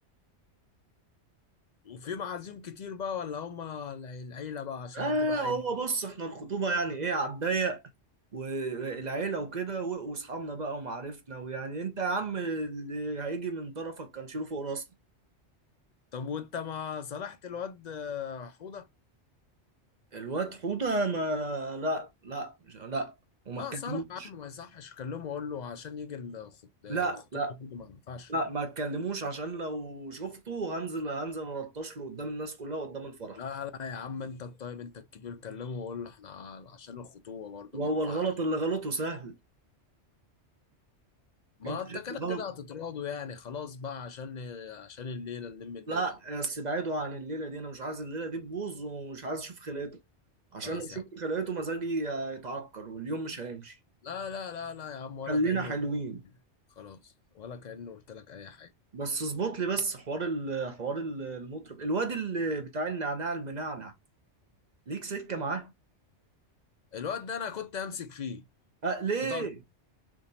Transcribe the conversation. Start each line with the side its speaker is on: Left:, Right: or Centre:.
Left: وفي معازيم كتير بقى ولا هما العيلة بقى عشان
Right: اه
Left: هتبقى عيلة
Right: هو بص احنا الخطوبه يعني ايه على الضيق والعيله وكده و- واصحابنا بقى ومعارفنا ويعني انت يا عم اللي هيجي من طرفك كان شيله فوق راسنا
Left: طب وانت ما صالحت الواد حوضة
Right: الواد حوده ما لا لا مش لا وما
Left: لا
Right: اتكلموش
Left: صالح يا عم ما يصحش اكلمه اقول له عشان يجي الخط- الخطوبه
Right: لا لا
Left: برضه ما ينفعش
Right: لا ما اتكلموش عشان لو شفته هنزل هنزل الطش له قدام الناس كلها قدام الفرح
Left: لا لا يا عم انت الطيب انت الكبير كلمه وقول له احنا عشان الخطوبه برضه
Right: وهو
Left: ما ينفعش
Right: الغلط اللي غلطه سهل
Left: ما
Right: انت
Left: انت
Right: شايف
Left: كده
Right: الغلط
Left: كده هتتراضوا يعني خلاص بقى عشان عشان الليله نلم الليله
Right: لا بس بعيدوا عن الليله دي انا مش عايز الليله دي تبوظ ومش عايز اشوف خلقته عشان
Left: خلاص
Right: لو شفت
Left: يا عم
Right: خلقته مزاجي يتعكر واليوم مش هيمشي
Left: لا لا لا لا يا عم ولا
Right: خلينا
Left: كانه
Right: حلوين
Left: خلاص ولا كانه قلت لك اي حاجه
Right: بس اظبط لي بس حوار ال- حوار ال- المطرب الواد اللي بتاع النعناع المنعنع ليك سكه معاه
Left: الواد ده انا كنت همسك فيه
Right: أه ليه
Left: في طنطا